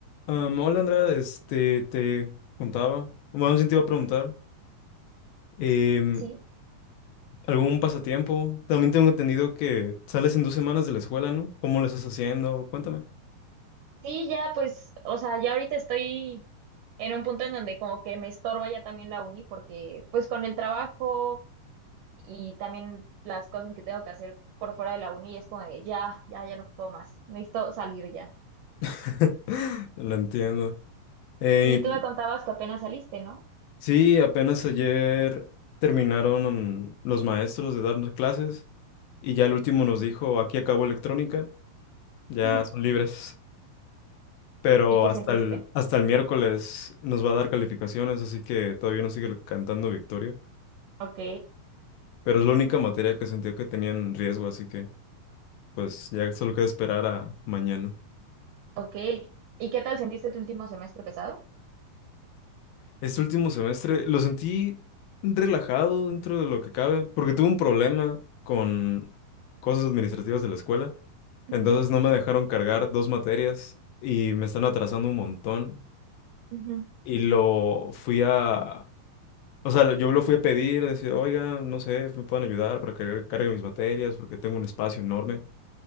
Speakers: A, on the left; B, on the right.
A: Am, hola Andrea, este, te contaba, bueno, más bien te iba a preguntar, em,
B: Sí,
A: ¿algún pasatiempo? También tengo entendido que sales en dos semanas de la escuela, ¿no? ¿Cómo lo estás haciendo? Cuéntame.
B: sí, ya pues, o sea, ya ahorita estoy en un punto en donde como que me estorba ya también la uni porque pues con el trabajo y también las cosas que tengo que hacer por fuera de la uni es como de ya, ya, ya no puedo más, necesito salir ya.
A: <laughs> Lo entiendo. Eh,
B: Sí, tú me contabas que apenas saliste, ¿no?
A: sí, apenas ayer terminaron los maestros de darnos clases y ya el último nos dijo, aquí acabó electrónica, ya
B: <laughs>
A: son libres. Pero
B: ¿Y qué
A: hasta
B: sentiste?
A: el, hasta el miércoles nos va a dar calificaciones, así que todavía no sigue cantando victoria.
B: Ok,
A: Pero es la única materia que sentía que tenían riesgo, así que pues ya solo queda esperar a mañana.
B: ok. ¿Y qué tal sentiste tu último semestre pesado?
A: Este último semestre lo sentí relajado dentro de lo que cabe, porque tuve un problema con cosas administrativas de la escuela,
B: Ujú,
A: entonces no me dejaron cargar dos materias y me están atrasando un montón
B: ujú.
A: y lo fui a... O sea, yo lo fui a pedir, decir, oiga, no sé, me pueden ayudar para que cargue mis materias porque tengo un espacio enorme.